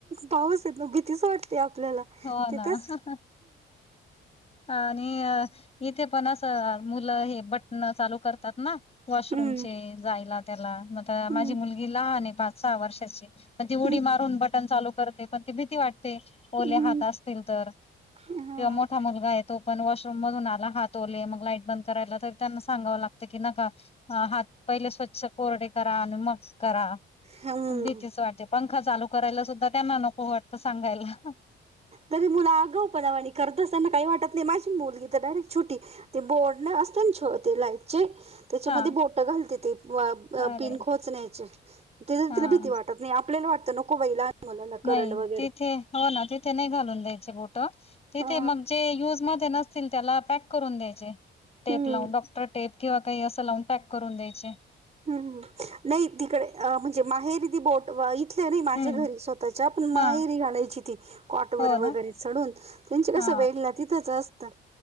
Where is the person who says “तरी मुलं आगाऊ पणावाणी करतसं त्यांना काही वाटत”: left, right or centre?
Right